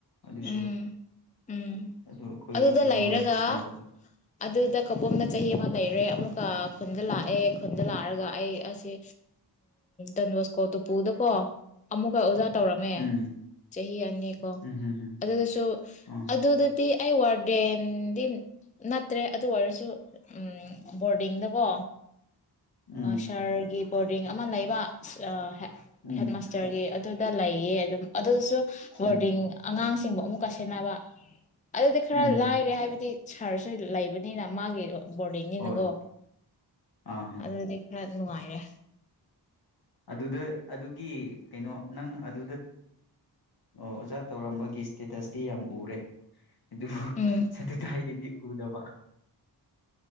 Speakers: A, on the left; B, on the left.
A: ꯑꯗꯨꯁꯨ
B: ꯎꯝ ꯎꯝ
A: ꯑꯗꯨ ꯑꯩꯈꯣꯏꯒꯤꯗꯤ
B: ꯑꯗꯨꯗ ꯂꯩꯔꯒ
A: ꯅꯣꯂꯦꯖꯅꯦꯕ
B: ꯑꯗꯨꯗ ꯀꯄꯣꯝꯅ ꯆꯍꯤ ꯑꯃ ꯂꯩꯔꯦ ꯑꯃꯨꯛꯀ ꯈꯨꯟꯗ ꯂꯥꯛꯑꯦ ꯈꯨꯟꯗ ꯂꯥꯛꯑꯒ ꯑꯩ ꯑꯁꯤ ꯎ ꯟꯕꯁꯀꯣ ꯇꯨꯄꯨꯗꯀꯣ ꯑꯃꯨꯛꯀ ꯑꯣꯖꯥ ꯇꯧꯔꯝꯃꯦ
A: ꯎꯝ
B: ꯆꯍꯤ ꯑꯅꯤ ꯀꯣ
A: ꯎꯝ ꯍꯝ ꯍꯝ
B: ꯑꯗꯨꯁꯨ
A: ꯑꯥ
B: ꯑꯗꯨꯗꯗꯤ ꯑꯩ ꯋꯥꯔꯗꯦꯟꯗꯤ ꯅꯠꯇ꯭ꯔꯦ ꯑꯗꯨ ꯑꯣꯏꯔꯁꯨ ꯎꯝ ꯣꯔ ꯕꯣꯔꯗꯤꯡꯗꯀꯣ
A: ꯎꯝ
B: ꯁꯍꯔꯒꯤ ꯕꯣꯔꯗꯤꯡ ꯑꯃ ꯂꯩꯕ ꯍꯦꯛ
A: ꯎꯝ
B: ꯍꯦꯠ ꯃꯥꯁꯇꯔꯒꯤ ꯑꯗꯨꯗ ꯂꯩꯌꯦ ꯑꯗꯨꯝ ꯑꯗꯨꯁꯨ ꯕꯣꯔꯗꯤꯡ
A: ꯎꯝ
B: ꯑꯉꯥꯡꯁꯤꯡꯕꯨ ꯑꯃꯨꯛꯀ ꯁꯦꯟꯅꯕ ꯑꯗꯨꯗꯤ ꯈꯔ
A: ꯎꯝ ꯍꯝ
B: ꯂꯥꯏꯔꯦ ꯍꯥꯏꯕꯗꯤ ꯁꯥꯔꯁꯨ ꯂꯩꯕꯅꯤꯅ ꯃꯥꯒꯤꯗꯣ ꯕꯣꯔꯗꯤꯅꯀꯣ
A: ꯍꯣꯏ ꯑꯥ
B: ꯑꯗꯨꯗꯤ ꯈ ꯅꯨꯡꯉꯥꯏꯔꯦ
A: ꯑꯗꯨꯗ ꯑꯗꯨꯒꯤ ꯀꯩꯅꯣ ꯅꯪ ꯑꯗꯨꯗ ꯑꯣꯖꯥ ꯇꯧꯔꯝꯕꯒꯤ ꯏꯁꯇꯦꯇꯁꯇꯤ ꯌꯥꯝ ꯎꯔꯦ ꯑꯗꯨ
B: ꯎꯝ
A: ꯁꯇꯤ ꯊꯥꯏꯒꯤꯗꯤ ꯎꯗꯕ